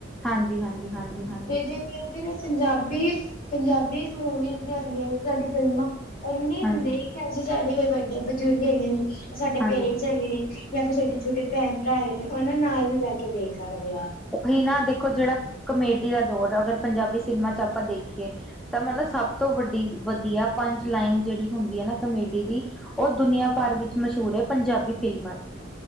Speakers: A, in the centre; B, on the left (about 50°).
A: ਹਾਂਜੀ ਹਾਂਜੀ ਹਾਂਜੀ ਹਾਂਜੀ
B: ਤੇ ਜਿਵੇਂ ਫਿਰ ਪੰਜਾਬੀ- ਪੰਜਾਬੀ ਮੂਵੀਜ਼ ਦੀ ਹੁੰਦੀ ਆ ਸਾਡੀ ਫਿਲਮਾਂ, ਇੰਨੀ
A: ਹਾਂਜੀ
B: ਹੁੰਦੇ ਅਸੀਂ ਸਾਡੇ ਕੋਈ ਵੱਡੇ ਬਜ਼ੁਰਗ ਹੈਗੇ ਨੇ, ਸਾਡੇ
A: ਹਾਂਜੀ
B: ਪੇਰੈਂਟਸ ਹੈਗੇ ਨੇ, ਜਾਂ ਫਿਰ ਸਾਡੇ ਛੋਟੇ ਭੈਣ- ਭਰਾ ਹੈਗੇ ਨੇ, ਉਹਨਾਂ ਨਾਲ ਵੀ ਬਹਿ ਕੇ ਦੇੇਖ ਸਕਦੇ ਆ।
A: ਉਹੀ ਨਾ ਦੇਖੋ ਜਿਹੜਾ ਕਮੇਡੀ ਦਾ ਦੌਰ ਅਗਰ ਪੰਜਾਬੀ ਸਿਨੇਮਾ ਚਚ ਆਪਾਂ ਦੇਖੀਏ ਤਾਂ ਮਤਲਬ ਸਭ ਤੋਂ ਵੱਡੀ ਵਧੀਆ ਪੰਜ ਲਾਈਨ ਜਿਹੜੀ ਹੁੰਦੀ ਹੈ ਨਾ ਕਮੇਡੀ ਦੀ, ਉਹ ਦੁਨੀਆਂ ਭਰ ਵਿੱਚ ਮਸ਼ਹੂਰ ਹੈ ਪੰਜਾਬੀ ਫਿਲਮਾਂ ਦੀ।